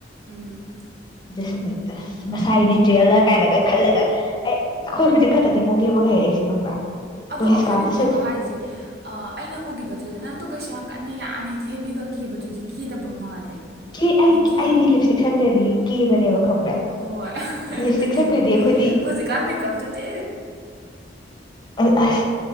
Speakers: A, on the right; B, on the left.
A: ꯎꯝ
B: ꯁꯨꯝ ꯃꯁꯥꯏꯒꯤꯅꯦ ꯆꯦꯜꯂ ꯀꯥꯏꯅꯒ ꯈꯜꯂꯒ ꯑꯩ ꯑꯈꯣꯏ ꯍꯨꯖꯤꯛ ꯈꯛꯇꯗꯤ ꯀꯦꯕꯒ ꯍꯩꯔꯛꯏꯖꯦ ꯈꯪꯕ꯭ꯔꯥ
A: ꯑꯗꯣ
B: ꯀꯣꯂꯦꯖ
A: ꯑꯩꯈꯣꯏꯅ
B: ꯀꯥꯕꯗ
A: ꯀꯦꯕ
B: ꯁꯠ
A: ꯍꯥꯏꯁꯦ ꯑꯩꯅ ꯎꯒꯤꯈꯤꯕꯗꯨꯗ ꯅꯪꯗꯣ ꯀꯩꯁꯨ ꯌꯥꯝ ꯅꯪ ꯌꯥꯝ ꯍꯦꯛꯇ ꯍꯦꯕꯤꯒ ꯀꯤꯕꯗꯨꯗꯤ ꯀꯤꯗꯕ ꯃꯥꯜꯂꯦ
B: ꯁꯤ
A: ꯑꯗꯨꯝ
B: ꯑꯩ
A: ꯀꯦ
B: ꯑꯩꯗꯤ ꯂꯤꯞꯁꯇꯤꯛ ꯁꯪꯈ꯭ꯔꯗꯤ ꯀꯦꯕꯅꯦꯕ ꯈꯪꯕ꯭ꯔꯦ
A: ꯍꯣꯏ ꯑꯗꯨꯅꯤ
B: ꯂꯤꯞꯁꯇꯤꯛ ꯁꯪꯈ꯭ꯔꯗꯤ ꯑꯈꯣꯏꯗꯤ
A: ꯍꯧꯖꯤꯛꯀꯥꯟ ꯃꯦꯀꯞꯇꯨꯗꯤ
B: ꯑ ꯑꯁ